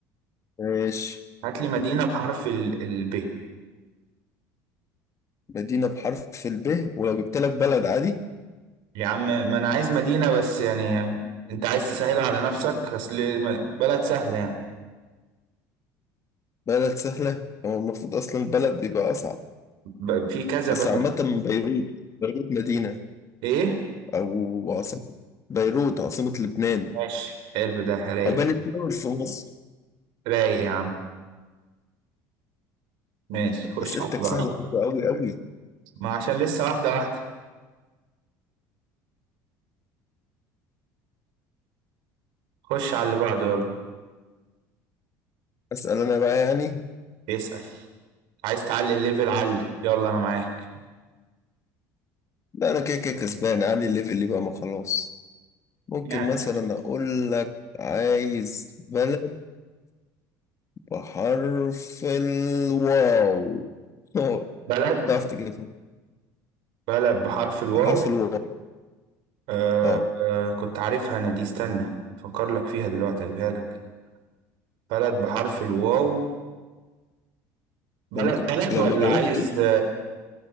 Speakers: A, on the left; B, on the right.
A: ماشي
B: هات لي مدينة بحرف ال ال ب
A: مدينه بحرف الب ولو جبت لك بلد عادي
B: يا عم ما انا عايز مدينة بس يعني انت عايز تسهل على نفسك اصل م- بلد سهلة يعني
A: بلد سهله هو المفروض اصلا البلد بيبقى اصعب
B: ب- في كذا
A: بس
B: بلد
A: عامة بيروت بيروت مدينة
B: ايه
A: أو عاصمة بيروت عاصمة لبنان
B: ماشي حلو ده رايق
A: أو بني سويف في مصر
B: رايق يا عم ماشي خش
A: أسئلتك
B: على اللي
A: سهلة
B: بعده
A: برضه أوي أوي
B: ما عشان لسه واحدة واحدة خش على اللي بعده يلا
A: أسأل أنا بقى يعني
B: اسأل عايز تعلي الليفل علي يلا أنا معاك
A: لا أنا كده كده كسبان عامل الليفل اللي بقى ما خلاص ممكن
B: يعني
A: مثلا أقول لك عايز بلد بحرف الواو أه
B: بلد
A: تعرف تجيبها
B: بلد بحرف الواو
A: بحرف الواو
B: آه
A: أه
B: آه كنت عارفها أنا دي استنى أفكر لك فيها دلوقتي أجيبها لك بلد بحرف الواو بلد
A: لو ما جب-
B: بلد
A: لو
B: ولا
A: ما جاوبتش
B: عايز